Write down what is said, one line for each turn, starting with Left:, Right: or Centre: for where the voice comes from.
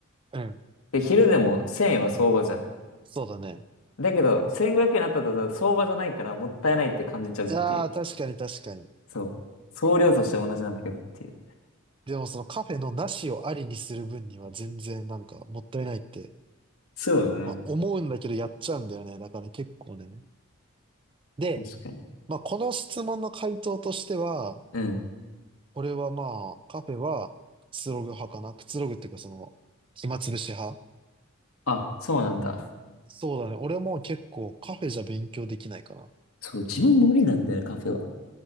Right: うん。
Left: で、昼でも1000円は相場じゃん。
Right: そうだね。
Left: だけど、1500円になったらさ相場じゃないからもったいないって感じちゃうっていう。
Right: いやー、確かに確かに。
Left: そう。総量としては同じなんだけどっていう。
Right: でもそのカフェのなしをありにする分には全然なんかもったいないって
Left: そうだね。
Right: まあ、思うんだけどやっちゃうんだよね。だから結構ね。で、
Left: 確かに。
Right: まあ、この質問の回答としては、
Left: うん。
Right: これはまあ、カフェはくつろぐ派かな。くつろぐっていうかその、暇つぶし派。
Left: あ、そうなんだ。
Right: そうだね。俺も結構カフェじゃ勉強できないかな。
Left: そう、自分無理なんだよね、カフェは。